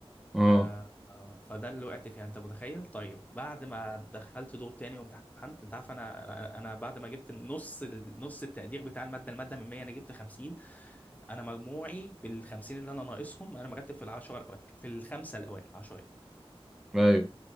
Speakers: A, in the centre; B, on the left.
A: اه
B: آه آه، فده اللي وقعت فيها انت متخيل طيب بعد ما دخلت دور تاني وامتحنت انت عارف انا انا أنا بعد ما جبت نص ال- نص التقدير بتاع الماده الماده من 100 انا جبت 50 انا مجموعي بال 50 اللي انا ناقصهم انا مرتب في العشره الاوائل في الخمسه الاوائل 10
A: ايوه ان